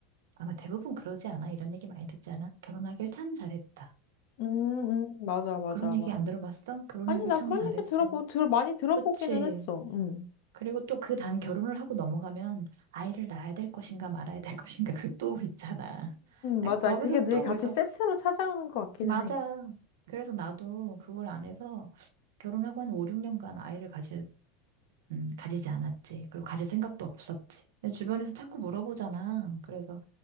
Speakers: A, on the right; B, on the left.
A: 아마 대부분 그러지 않아? 이런 얘기 많이 듣지 않아? 결혼하길 참 잘했다.
B: 응, 응, 맞아, 맞아,
A: 그런 얘기
B: 맞아.
A: 안 들어봤어? 결혼하길
B: 아니 나
A: 참
B: 그런
A: 잘했어.
B: 얘기 들어보 들 많이 들어보기는
A: 그치.
B: 했어. 응응응응응,
A: 그리고 또 그 단 결혼을 하고 넘어가면 아이를 낳아야 될 것인가 말아야 될 <laughs> 것인가 그 또 있잖아.
B: 맞아.
A: 거기서
B: 그게 늘
A: 또
B: 같이
A: 그래서
B: 세트로 찾아오는 것 같기는
A: 맞아.
B: 해.
A: 그래서 나도 그걸 안 해서 결혼하고 한 5, 6년간 아이를 가질 음, 가지지 않았지. 그리고 가질 생각도 없었지. 근데 주변에서 자꾸 물어보잖아. 그래서,